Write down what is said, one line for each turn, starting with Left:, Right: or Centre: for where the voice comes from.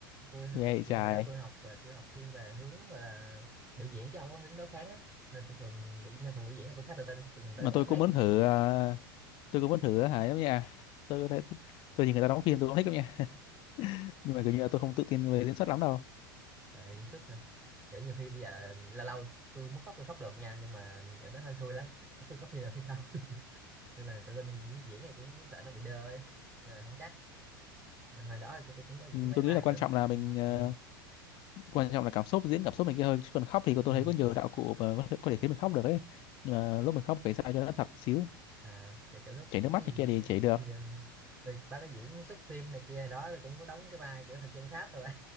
Right: tôi học
Left: ghê vậy
Right: viện
Left: trời
Right: hồi đó tôi học và kêu học thiên về hướng gọi là biểu diễn chứ không có hướng đối kháng á nên tôi thường biểu nên phần biểu diễn là tôi khá tự tin tôi còn
Left: mà
Right: đối đối
Left: tôi
Right: kháng
Left: cũng muốn
Right: Ừ.
Left: thử ờ, tôi cũng muốn thử hả giống như à, tôi thấy tôi nhìn người ta đóng phim tôi cũng thích lắm nha nhưng mà kiểu như là tôi không tự tin về diễn xuất lắm đâu
Right: à, diễn xuất hả kiểu nhiều khi bây giờ lâu lâu tôi muốn khóc tôi khóc được nha nhưng mà kiểu đó hên xui lắm có khi có khi được hay không <laughs> nên là tự tin diễn diễn này cũng sợ nó bị đơ ấy nên là không chắc Mà hồi đó tôi cũng có diễn
Left: ừ,
Right: mấy
Left: tôi
Right: vai
Left: nghĩ là quan
Right: kiểu
Left: trọng là
Right: ừ,
Left: mình ờ,
Right: ừ,
Left: quan trọng là cảm xúc diễn cảm xúc này kia hơn chứ còn khóc thì tôi
Right: ừ.
Left: thấy có nhiều đạo cụ mà có thể, có thể khiến mình khóc được ấy nhưng mà lúc mình khóc phải sao cho nó thật xíu
Right: à kiểu, kiểu lúc
Left: chảy nước mắt
Right: mấy gì
Left: này kia
Right: diễn
Left: thì chảy được
Right: <laughs> giờ mình- vì ba cái diễn xuất phim này kia đó tôi cũng có đóng cái vai kiểu thực dân Pháp rồi